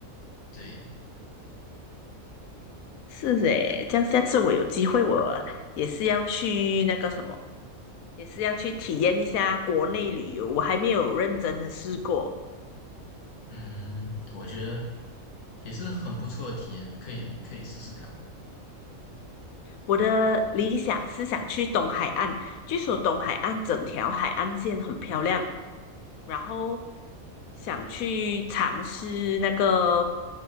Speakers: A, on the left; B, on the left.
A: 对，
B: 是诶，这样下次我有机会，我也是要去那个什么，也是要去体验一下国内旅游。我还没有认真的试过。
A: 嗯，我觉得也是很不错的体验了可以可以试试看。
B: 我的理想是想去东海岸，据说东海岸整条海岸线很漂亮，然后想去尝试那个